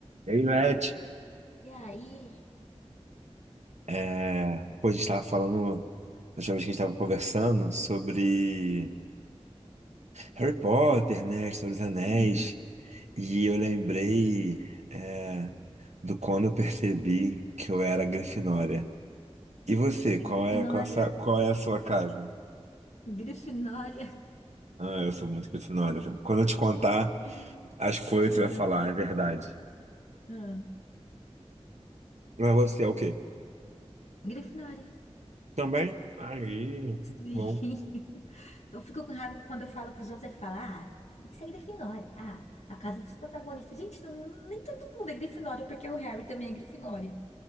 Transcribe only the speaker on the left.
E aí?
Uhum.
A Grifinória.
Grifinória,
Sim.
diga-me.
Ah,
Grifinória.
Sim.
<laughs> Eu fico com raiva que quando eu falo pros outros, ele fala, ah, tem que ser Grifinória. Ah, a casa dos protagonistas. Gente, não- nem todo mundo é Grifinória, porque o Harry também é Grifinória.